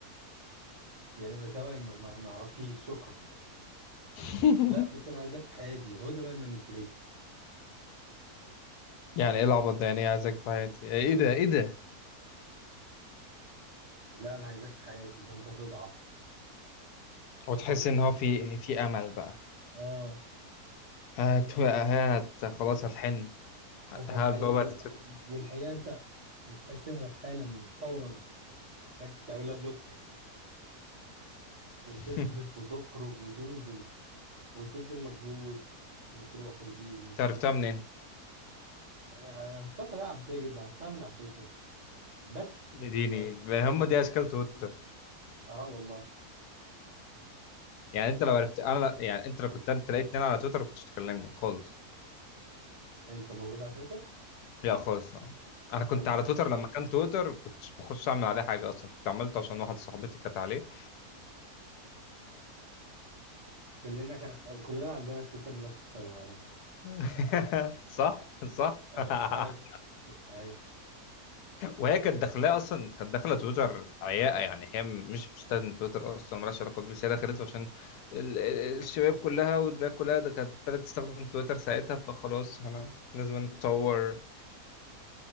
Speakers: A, on the right; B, on the left.
A: يعني بسوي ما ما- ما اعرفكيش شكرا
B: <laughs>
A: لا بس انا عايزك في حياتي هو ده بقى المانيبيوليشن
B: يعني ايه العبط ده يعني ايه عايزك في حياتي ايه ده ايه ده
A: لا انا عايزك في حياتي فانت تضعف
B: وتحس
A: تقول
B: ان هو في في امل بقى
A: اه
B: هات هات خلاص هتحن
A: فالحقيقة
B: هات بابا
A: وال...
B: هتت-
A: والحقيقة انت محتاج تهرب حالا فورا محتاج تعملها بلوك وتصرف
B: <laughs>
A: وتخرج وتنزل وتبذل مجهود وتروح وتيجي
B: انت عرفتها منين
A: آه، عرفتها طريقة عبثية جدا عرفتها من على تويتر بس
B: اديني
A: اه
B: هم دي اشكال تويتر
A: آه والله
B: يعني انت لو عرفت انا يعني انت لو كنت انت لقيتني انا على تويتر ما كنتش تكلمني خالص
A: انت موجود على تويتر
B: لا خالص انا كنت
A: انا
B: على تويتر لما كان تويتر كنتش بخش اعمل عليه حاجه اصلا كنت عملته عشان واحد صاحبتي كانت عليه
A: كلنا كان كلنا عندنا تويتر لنفس السبب على فكرة
B: <laughs> صح صح
A: اي
B: <laughs>
A: اي اي
B: وهي كانت داخلاه اصلا كانت داخله تويتر عياقه يعني هي مش بتستخدم تويتر اصلا مالهاش علاقه بيه بس هي دخلته عشان ال- ال- الشباب كلها والباقي كلها ده كانت ابتدت تستخدم تويتر ساعتها فخلاص احنا لازم نتطور